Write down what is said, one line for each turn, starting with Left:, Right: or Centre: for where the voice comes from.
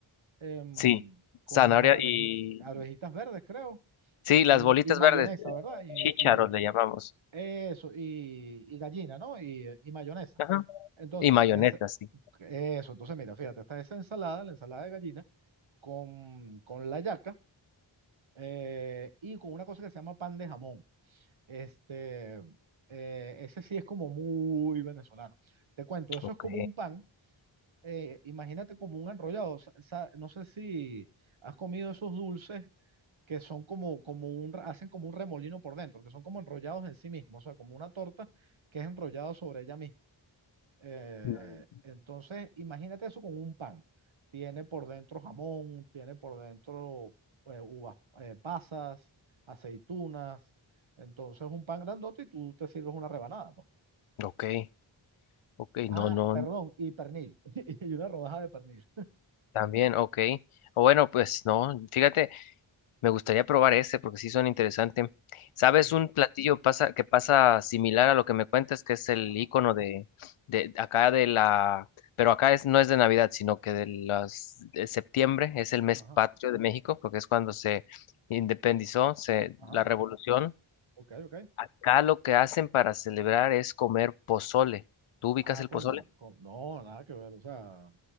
Right: em,
Left: sí.
Right: con
Left: Zanahoria
Right: las arvejitas,
Left: y...
Right: arvejitas verdes, creo,
Left: Sí,
Right: y,
Left: las bolitas
Right: y mayonesa,
Left: verdes,
Right: ¿verdad? Y,
Left: chícharos
Right: y
Left: le llamamos.
Right: eso, y, y gallina, ¿no? Y, y mayonesa.
Left: Ajá.
Right: Entonces,
Left: Y mayonesa,
Right: esa-
Left: sí.
Right: eso, entonces mira, fíjate, está esa ensalada, la ensalada de gallina, con, con la yaca eh, y con una cosa que se llama pan de jamón. Este, eh, ese sí es como muy venezolano. Te cuento, eso
Left: Ok.
Right: es como un pan, eh, imagínate como un enrollado. sa- sa- No sé si has comido esos dulces que son como, como un, re- hacen como un remolino por dentro, que son como enrollados en sí mismos, o sea, como una torta que es enrollado sobre ella misma. Eh,
Left: Mm.
Right: entonces, imagínate eso con un pan. Tiene por dentro jamón, tiene por dentro eh, uvas eh, pasas, aceitunas. Entonces, un pan grandote y tú te sirves una rebanada, pues.
Left: Ok. Ok,
Right: Ah,
Left: no, no,
Right: perdón, y pernil. <laughs> Y una rodaja de pernil.
Left: también, ok. O bueno, pues no, fíjate, me gustaría probar ese porque sí son interesantes. ¿Sabes
Right: Sí.
Left: un platillo pasa, que pasa similar a lo que me cuentas, que es el
Right: Ajá,
Left: icono de, de acá de la, pero acá es, no es de Navidad, sino que de las, de septiembre es el mes
Right: ajá,
Left: patrio de México, porque es cuando se independizó, se,
Right: ajá.
Left: la revolución.
Right: Ok, ok.
Left: Acá lo que hacen para celebrar es comer pozole. ¿Tú ubicas
Right: Ajá,
Left: el
Right: cuéntame.
Left: pozole?
Right: Con- No, nada que ver. O sea,